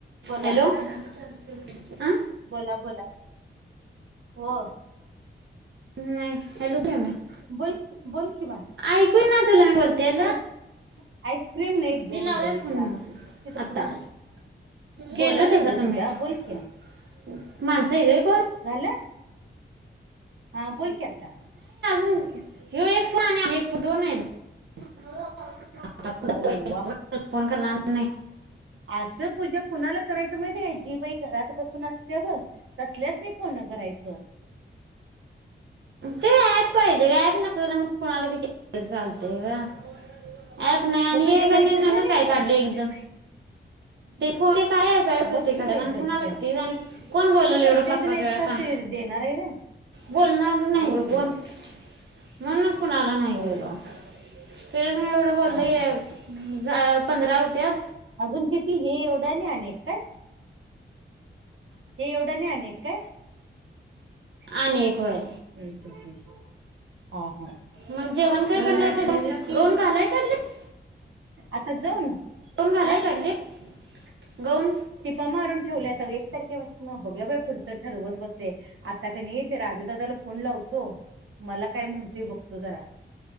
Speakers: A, on the right; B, on the right.
A: बोला
B: hello hello -
A: बोला बोला हो
B: नाही <unintelligible>
A: बोल बोल कि? बा
B: ऐकू येई ना तुला मी बोलतेल
A: आईस आईस्क्रीम नाही
B: मी
A: दूध
B: लावले
A: दही
B: फोन
A: ताक तिथं
B: आता
A: पुढं मिळते
B: केलो
A: बोलाले
B: तसंच
A: ग
B: मी
A: पूजा
B: सबमिट
A: बोल की
B: माणसं होय कोण?
A: झालं हा बोल कि आता
B: अ हयो एक फोन आणि एक फोन दोन आहे आता पुढचं
A: हो वा
B: फोन करणार नाही. नाही.
A: असं पूजा कुणाला करायचं माहिती का? जी बाई घरात बसून असते बघ तसल्यासनी फोन करायच.?
B: ते पाहिजे काय. कोण नसलं तर कोणाला बी केलं चालते ग ॲप नाही
A: मग तुझ्या
B: का
A: मैत्रिणी
B: नविनच
A: नाही त्या
B: काढली एकदम होय. काय काय प्रत्येकाात
A: बघ की बाई
B: आणि
A: झडते
B: कुणालागते आणि कोण बोलल एवढं
A: प्रत्येक
B: पाच
A: जण
B: पाच
A: एक
B: वेळा सांग
A: तास देणार आहे ना
B: बोलणार नाही
A: होय
B: ग कोण?
A: होय
B: <inaudible> म्हणूनच कुणाला नाही
A: होय
B: गेलो तुझ्या सग एवढं बोललं
A: हा हा हा.
B: कि झा. पंधरा होत्यात.
A: अजून किती हे एवढा आणि एक काय? हे एवढं आणि एक काय?
B: आणि एक होय
A: हम्म हम्म हम्म. हा हा
B: मग जेवण काय
A: ई
B: करणार?
A: धरती
B: गाऊन घालाय काढलीस.
A: आता जाऊ ना
B: गाऊन घालाय
A: हा
B: काढलीस गाऊन
A: प मरून ठेवल्याता एक तारखे पासन बघू बाई पुढच ठरवत बसले आता का नाही ते राजूदादाला फोन लावतो मला काय म्हणतोय बघतो जरा